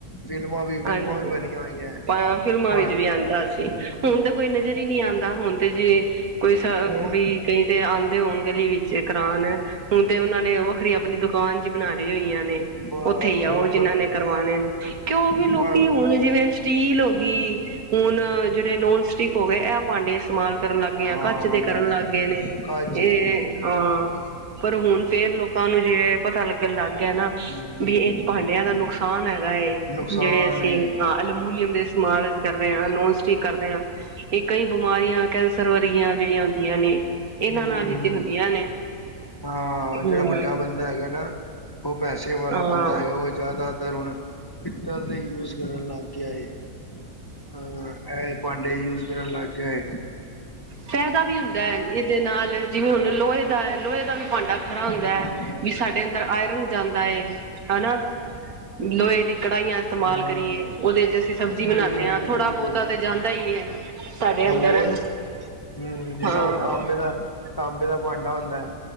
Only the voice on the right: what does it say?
ਹਾਂਜੀ।
ਫਿਲਮਾਂ
ਵਿੱਚ ਵੀ ਆਂਦਾ ਸੀ, ਹੁਣ ਤੇ ਕੋਈ ਨਜ਼ਰ ਹੀ ਨਹੀਂ ਆਉਂਦਾ, ਹੁਣ ਤੇ ਜੇ ਕੋਈ ਸ
ਵੀ ਕਈ ਤੇ ਆਉਂਦੇ ਹੋਣ ਗਲੀ ਵਿੱਚ ਕਰਾਉਣ। ਹੁਣ ਤੇ ਉਹਨਾਂ ਨੇ ਵੱਖਰੀ ਆਪਣੀ ਦੁਕਾਨ ਜੀ ਬਣਾ ਲਈ ਹੋਈਆਂ ਨੇ।
ਉੱਥੇ ਹੀ
ਆਓ ਜਿਹਨਾਂ ਨੇ ਕਰਵਾਣੇ ਨੇ, ਕਿਉ ਉਹ ਵੀ
ਲੋਕੀ ਹੁਣ ਜਿਵੇਂ ਸਟੀਲ ਹੋ ਗਈ ਹੁਣ ਜਿਹੜੇ ਨੋਨ-ਸਟਿਕ ਹੋ ਗਏ, ਇਹ ਭਾਂਡੇ ਇਸਤੇਮਾਲ ਕਰਨ ਲੱਗ ਗਏ ਆ,
ਕੱਚ ਦੇ ਕਰਨ ਲੱਗ ਗਏ ਨੇ,
ਇਹ
ਹਾਂ, ਪਰ ਹੁਣ ਫੇਰ ਲੋਕਾਂ ਨੂੰ ਜੇ ਪਤਾ ਲੱਗਣ ਲੱਗ ਗਿਆ ਨਾ
ਵੀ ਇਹ ਭਾਂਡਿਆਂ ਦਾ ਨੁਕਸਾਨ ਹੈਗਾ ਏ,
ਜਿਹੜੇ ਅਸੀਂ
ਅਲਮਮੀਨੀਅਮ ਦੇ ਅਸੀ ਇਸਤੇਮਾਲ ਕਰ ਰਹੇ ਹਾਂ, ਨੋਨ-ਸਟਿਕ ਕਰਦੇ ਹਾਂ ਇਹ ਕਈ ਬਿਮਾਰੀਆਂ ਕੈਂਸਰ ਵਰਗੀਆਂ ਜਿਹੜੀਆਂ ਹੁੰਦੀਆਂ ਨੇ ਇਹਨਾਂ
ਨਾਲ ਹੀ ਤੇ ਹੁੰਦੀਆਂ ਨੇ।
ਹੂੰ
ਹਾਂ
ਫਾਇਦਾ ਵੀ ਹੁੰਦਾ ਐ ਇਹਦੇ ਨਾਲ, ਜਿਵੇਂ ਹੁਣ ਲੋਹੇ ਦਾ ਐ, ਲੋਹੇ ਦਾ ਭਾਂਡਾ ਖਰਾ ਹੁੰਦਾ
ਐ, ਵੀ ਸਾਡੇ ਅੰਦਰ ਆਇਰਨ ਜਾਂਦਾ ਏ ਹਨਾ? ਲੋਹੇ ਦੀ ਕੜਾਹੀਆਂ ਇਸਤੇਮਾਲ
ਕਰੀਏ, ਉਹਦੇ 'ਚ ਅਸੀਂ ਸਬਜ਼ੀ
ਬਣਾਉਂਦੇ ਹਾਂ,
ਥੋੜਾ-ਬਹੁਤਾ
ਤੇ ਜਾਂਦਾ ਈ ਏ ਪਰਦੇ
ਅੰਦਰ।
ਹਾਂ